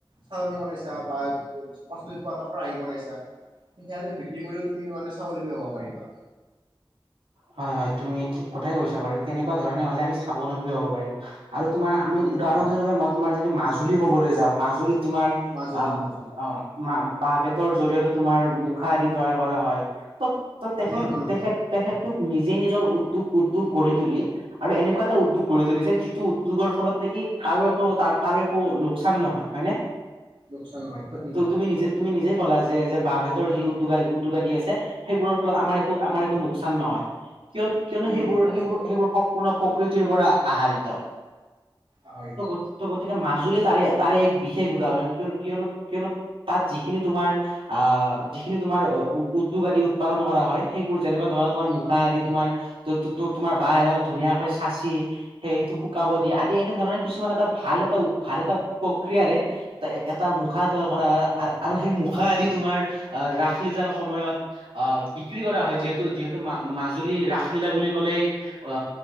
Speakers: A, on the right; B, on the right.
A: চালনি বনাইছা বা পাচলি থোৱা এটা খৰাহি বাইছা, সেয়া তুমি বিক্ৰী কৰিও তুমি মানে স্বাৱলম্বী হব পাৰিবা।
B: হয় হয় তুমি ঠিক কথাই কৈছা বাৰু, তেনেকুৱা ধৰণে হলে আমি স্বাৱলম্বী হব পাৰি। আৰু তোমাৰ আমি
A: উম
B: উদাহৰণস্বৰূপে
A: উম
B: মই তোমাৰ যদি মাজুলী ক'বলৈ যাওঁ, মাজুলীত তোমাৰ
A: মাজুলী
B: আ
A: মাজুলী
B: অ মা বাঁহ বেতৰ জৰিয়তে তোমাৰ মুখা আদি তৈয়াৰ কৰা হয়। ত' ত তেখেত
A: উম উম
B: তেখেত তেখেতো নিজে নিজৰ উদ্যোগ উদ্যোগ গঢ়ি তুলি আৰু এনেকুৱা এটা উদ্যোগ গঢ়ি তুলিছে যিটো উদ্যোগৰ ফলত নেকি কাৰো একো <unintelligible> কাৰো একো চান নহয়, হয়নে?
A: লোকচান নহয় ক্ষতি
B: ত
A: নহয়।
B: তুমি নিজে তুমি নিজেই ক'লা যে যে বাঁহ বেতৰ যি উদ্যোগ উদ্যোগ আদি আছে, সেইবোৰৰ ফলত আমাৰ একো আমাৰ একো লোকচান <unintelligible> নহয় কিয় কিয়নো
A: উম
B: সেইবোৰ
A: ঠিক কৈছা
B: সেইবোৰ সেইবোৰ পূৰ্ণ প্ৰকৃতিৰ পৰা আহাৰিত
A: আহৰিত
B: ত' গতি ত' গতিকে মাজুলী তাৰে তাৰে এক বিশেষ উদাহৰণ। কিয় কিয়নো কিয়নো তাত যিখিনি তোমাৰ আহ যিখিনি তোমাৰ উদ্যোগ আদি কৰা হয়, সেইবোৰ যেনেকুৱা ধৰা তোমাৰ মুখা
A: উম
B: আদি
A: উম
B: তোমাৰ তো-তো-তো তোমাৰ বাঁহ এডাল ধুনীয়াকৈ চাঁচি, সেইটো শুকাব দিয়া, আদি এনে ধৰণে কিছুমান এটা ভাল এটা ভাল এটা প্ৰক্ৰিয়াৰে <unintelligible> এটা মুখা তৈয়াৰ কৰা হয় আৰু সেই মুখা আদি তোমাৰ, আহ ৰাসলীলাৰ সময়ত আহ বিক্ৰী কৰা হয় যিহেতু যিহেতু মা মাজুলী ৰাসলীলা বুলি ক'লেই অ,